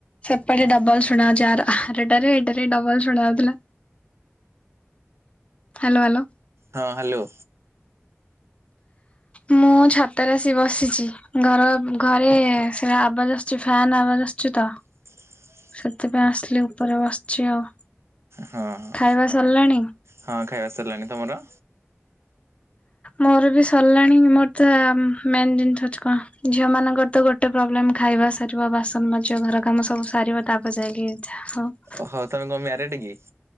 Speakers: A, on the left; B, on the right.
A: ସେପଟେ ଡବଲ ଶୁଣା ଯାଉଛି ଆରଟାରେ ଏଟାରେ ଡବଲ ଶୁଣା ଯାଉଥିଲା। Hello hello.
B: ହଁ ହ୍ୟାଲୋ।
A: ମୁଁ ଛାତରେ ଆଶି ବସିଛି। ଘର ଘରେ ସେଟା ଆବାଜ ଆସୁଛି ଫ୍ୟାନ ଆବାଜ ଆସୁଛିୁ ତ।
B: ହ <inaudible>
A: ସେଥିପାଇଁ ଆସିଲି ଉପରେ ବସିଛି ଆଉ।
B: ହଁ ହଁ
A: ଖାଇବା ସରିଲାଣି?
B: ହଁ ଖାଇବା ସାରିଲାଣି ତୁମର?
A: ମୋର ବି ସରିଲାଣି ମୋର ତ ମେନ ଜିନିଷ ଅଛି କଣ ଝିଅ ମାନଙ୍କର ତ ଗୋଟେ ଗୋଟ ପ୍ରୋବ୍ଲେମ ଖାଇବା ସାରିବା ବାସନ ମାଜିବ ଘର କାମ ସବୁ ସାରିବା ତାପରେ ଯାଇକି ଯାହା ହଉ।
B: ଓହୋ ତମେ କଣ ମ୍ୟାରେଡ କି?